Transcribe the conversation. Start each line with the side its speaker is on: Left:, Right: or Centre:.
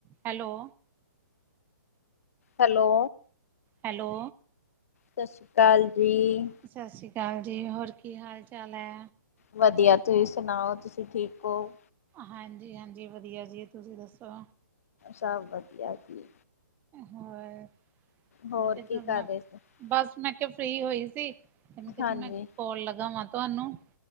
Right: Hello.
Left: Hello.
Right: Hello.
Left: ਸਤਿ ਸ਼੍ਰੀ ਅਕਾਲ ਜੀ।
Right: ਸਤਿ ਸ਼੍ਰੀ ਅਕਾਲ ਜੀ, ਹੋਰ ਕੀ ਹਾਲ ਚਾਲ ਐ।
Left: ਵਧੀਆ ਤੁਸੀਂ ਸੁਣਾਓ ਤੁਸੀਂ ਠੀਕ ਹੋ।
Right: ਹਾਂਜੀ- ਹਾਂਜੀ ਵਧੀਆ ਜੀ, ਤੁਸੀਂ ਦੱਸੋ।
Left: ਸਭ ਵਧੀਆ ਜੀ।
Right: ਹੋਰ
Left: ਹੋਰ
Right: ਮੈਂ ਕਿਹਾ ਚਲ
Left: ਕੀ ਕਰ
Right: ਮੈਂ
Left: ਰਹੇ ਸੀ
Right: ਬਸ ਮੈਂ ਕਿਹਾ ਫ੍ਰਰੀ ਹੋਈ ਸੀ। ਮੈਨੂੰ ਕਿਹਾ
Left: ਹਾਂਜੀ
Right: ਚ ਮੈਂ ਕੋੋਲ ਲਗਾਵਾਂ ਤੁਹਾਨੂੰ।